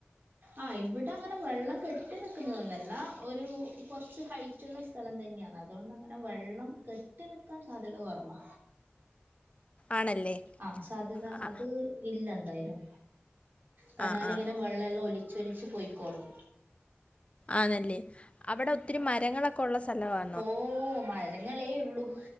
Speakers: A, on the right; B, on the left.
A: ആഹ് ഇവിടെ അങ്ങനെ വെള്ളം കെട്ടി നിൽക്കുന്നതൊന്നല്ല ഒരു കുറച്ച് ഹൈറ്റ്ള്ള സ്ഥലം തന്നെയാണ് അതുകൊണ്ട് അങ്ങനെ വെള്ളം കെട്ടി നിൽക്കാൻ സാധ്യത കൊറവാ
B: ആണല്ലേ
A: ആഹ് സാധ്യത
B: ആ
A: അത് ഇല്ല എന്തായാലും തന്നാലിങ്ങനെ
B: ആ ആ
A: വെള്ളം എല്ലാം ഒലിച്ചൊലിച്ച്ലിച്ച് പോയ്ക്കോളും
B: ആണല്ലേ അവിടെ ഒത്തിരി മരങ്ങളൊക്കെ ഉള്ള സ്ഥലവാ
A: ഓഹ് മരങ്ങളേ ഉള്ളുഹ്